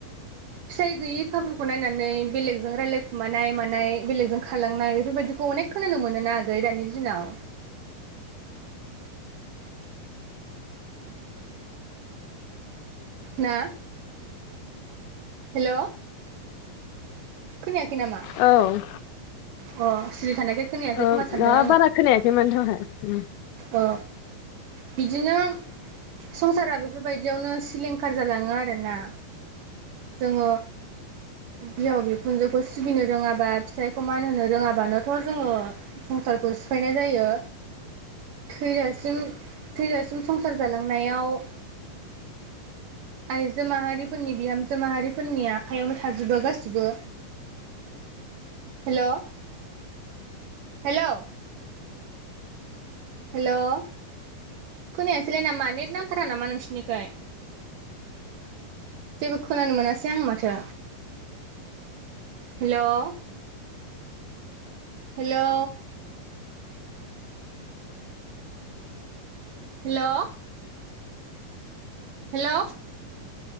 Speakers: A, on the right; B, on the left.
A: फिसाइ गैयै खाबुखौ नायनानै बेलेगजों रायलाय खुमानाय मानाय बेलेगजों खारलांनाय बेफोरबायदिखौ अनेक खोनानो मोनोना आगै दानि दिनाव ना हेल' खोनायाखै नामा?
B: औ
A: अ सिरि थानायखाय खोनायाखै
B: ओ
A: खोमा सानदों
B: माबा बारा खोनायाखैमोन दहाय
A: ओ बिदिनो संसारा बेफोरबायदियावनो सिलिंखार जालाङो आरो ना जोङो बिहाव बिखुनजोखौ सिबिनो रोङाबा फिसाइखौ मान होनो रोङाबानोथ' जोङो संसारखौ सिफायनाय जायो थैजासिम थैजासिम संसार जालांनायाव आरो आयजो माहारिफोरनि बिहामजो माहारिफोरनि आखायावनो थाजोबो गासिबो हेल' हेलौ हेल' खोनायासैलाय नामा नेट नांथारा नामा नोंसोरनिखै जेबो खोनानो मोनासै आं माथो हेल' हेलौ हेल' हेल'